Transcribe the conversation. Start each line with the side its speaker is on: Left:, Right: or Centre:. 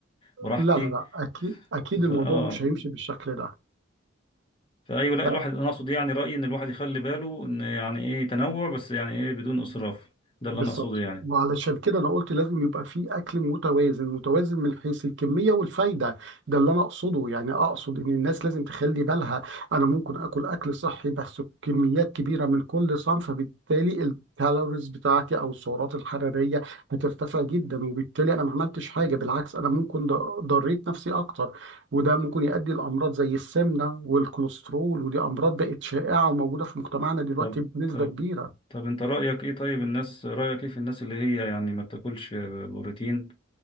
Left: براحتي
Right: لا لا لا اكيد اكيد
Left: ف-
Right: الموضوع
Left: اه
Right: مش هيمشي بالشكل ده
Left: فايوه لا
Right: ف-
Left: الواحد انا اقصد يعني رايي ان الواحد يخلي باله ان يعني ايه تنوع بس يعني ايه بدون اسراف ده اللي
Right: بالظبط
Left: انا اقصده يعني
Right: وعلشان كده انا قلت لازم يبقى في اكل متوازن متوازن من حيث الكميه والفايده ده اللي انا اقصده يعني اقصد ان الناس لازم تخلي بالها انا ممكن اكل اكل صحي بس كميات كبيره من كل صنف فبالتالي الكالوريز بتاعتي او السعرات الحراريه هترتفع جدا وبالتالي انا ما عملتش حاجه بالعكس انا ممكن ض- ضريت نفسي اكتر وده ممكن يؤدي لامراض زي السمنه والكوليسترول ودي امراض بقت شائعه وموجوده في مجتمعنا دلوقتي
Left: طب
Right: بنسبه
Left: طب
Right: كبيره
Left: طب انت رايك ايه طيب الناس رايك ايه في الناس اللي هي يعني ما بتاكلش بروتين